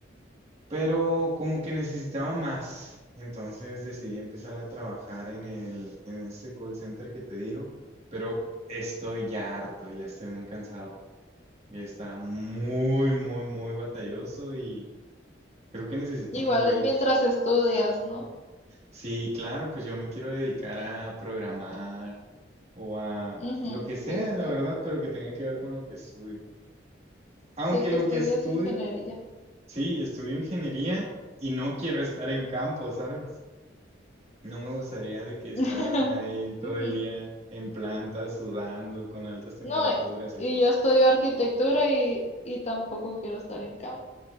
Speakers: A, on the right (about 35°); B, on the left (about 35°).
A: Pero como que necesitaba más. Entonces decidí empezar a trabajar en el, en este call center que te digo. Pero estoy ya harto, ya estoy muy cansado. Ya está muy, muy, muy batalloso y creo que necesito
B: Igual
A: un break.
B: es mientras estudias, ¿no?
A: Sí, claro, pues yo me quiero dedicar a programar o a
B: Ujú,
A: lo que sea,
B: sí, sí.
A: la verdad, pero que tenga que ver con lo que estudio. Aunque
B: Sé
A: lo
B: que estudias
A: que estudio,
B: ingeniería.
A: sí, estudio ingeniería y no quiero estar en campo, ¿sabes? No me gustaría de que estar
B: <laughs>
A: ahí todo
B: Ujú.
A: el día en planta, sudando, con altas temperaturas
B: No, y,
A: y
B: y
A: así.
B: yo estudio arquitectura y, y tampoco quiero estar en campo.